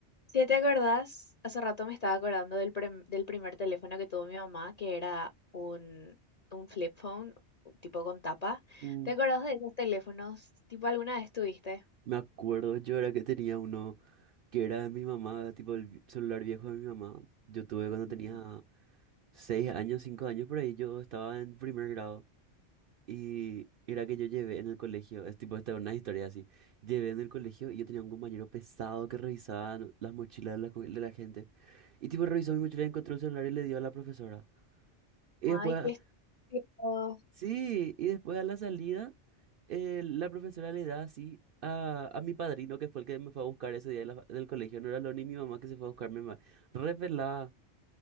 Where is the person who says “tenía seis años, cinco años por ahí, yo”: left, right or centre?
Right